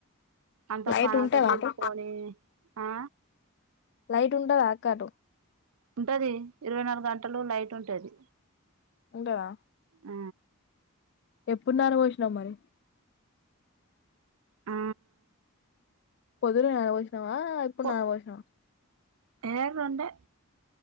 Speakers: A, on the right; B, on the left.
A: అంత
B: లైట్
A: పని
B: ఉంటదా
A: తీరుపుకొని
B: అటు
A: ఆ
B: లైట్ ఉండద ఆక్క అటు
A: ఉంటది ఇరవై నాలుగు గంటలు లైటు ఉంటది
B: ఉంటదా
A: హ
B: ఎప్పుడు న్ననవోసినాం మరి
A: ఆ
B: పొదున నాపోసినవా ఇప్పుడు
A: పో
B: నాపోసినవా
A: ఏ రొండే